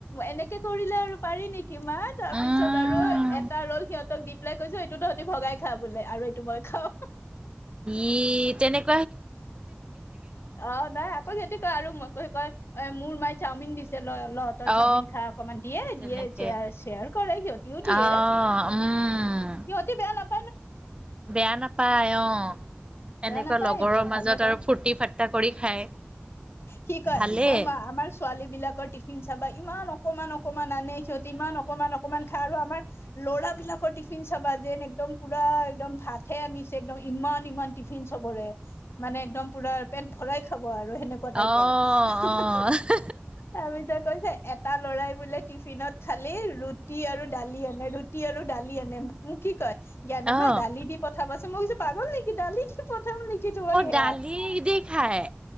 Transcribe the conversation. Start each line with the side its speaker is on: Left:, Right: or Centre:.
Left: এনেকে কৰিলে আৰু পাৰি নিকি কি তাৰপিছত
Right: উম
Left: আৰু এটা ৰল সিহঁতক দি পাই কৈছো এইটো তহঁতি ভগাই খা বোলে আৰু এইটো মই খাওঁ
Right: ই তেনেকে
Left: অ নাই আকৌ হিহতি কয় আৰু মই কৈ কয় এ মোৰ মাই চাওমিন দিছে ল ল তই চাওমিন
Right: অ
Left: খাই অকনমান দিয়ে
Right: তেনেকে
Left: দিয়ে শ্ৰে শ্ৰেয়াৰো কৰে সিহঁতিও দিয়ে
Right: আহ উম
Left: হিহতি বেয়া নাপ
Right: বেয়া নাপায় অ
Left: বেয়া
Right: এনেকুৱা
Left: নাপায়
Right: লগৰৰ
Left: এইবোৰ
Right: মাজত
Left: ভালহে পায়
Right: আৰু ফূুৰ্তি ফাৰ্তটা কৰি খায়
Left: কি কয়
Right: ভালেই
Left: অ মা আমাৰ ছোৱালী বিলাকৰ টিফিন চাবা ইমান অকমান অকমান আনে সিহঁতি ইমান অকণমান অকণমান খাঁয় আৰু আমাৰ লৰাবিলাকৰ টিফ টিফিন চাবা যেন একদম পুৰা একদম ভাতহে আনিছে একদম ইমান ইমান টিফিন চবৰে মানে একদম পুৰা পেট ভৰাই খাব আৰু যে সেনেকুৱা টাইপৰ
Right: অ
Left: হি হি
Right: অ
Left: হি তাৰপিছত কৈছে এট তা লৰাই বোলে টিফিনত খালি ৰুটি আৰু দালি আনে ৰুটি আৰু দালি আনে মোক কি কয় জানানে
Right: অ
Left: মোক
Right: অ
Left: দালি দি পঠাবাচোন মই কৈছো পাগল ডালি প্ৰথম লিখি তোমাক সেয়া
Right: দালি
Left: অ
Right: দি খায়